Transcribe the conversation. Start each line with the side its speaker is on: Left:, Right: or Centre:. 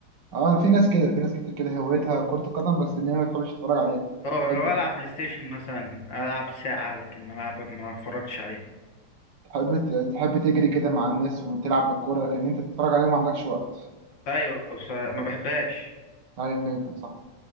Right: اه في ناس كده في ناس كتير كده هوايتها كرة القدم بس ان هي ما تحبش تتفرج عليها
Left: اه
Right: تحب
Left: لو العب بلاي ستيشن مثلا العب ساعه لكن ما العب ما اتفرجش عليها
Right: تحب تحب تجري كده مع الناس وتلعب بالكورة لكن انت تتفرج عليها ما عندكش وقت
Left: ايوه بس ما بحبهاش
Right: ايوه فهمتك صح